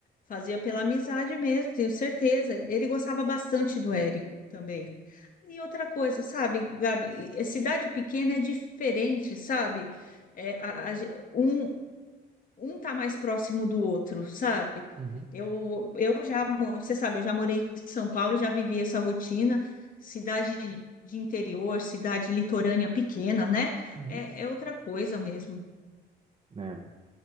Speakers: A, on the left; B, on the right.
A: Fazia pela amizade mesmo, tenho certeza. Ele gostava bastante do Érico também. E outra coisa, sabe, Gabi, é, cidade pequena é diferente, sabe? É, a- a ge- um, um tá mais próximo do outro, sabe?
B: Uhum,
A: Eu, eu já, mo- você sabe, eu já morei em São Paulo, já vivi essa rotina, cidade de interior, cidade litorânea pequena, né?
B: uhum.
A: É, é outra coisa mesmo.
B: Né?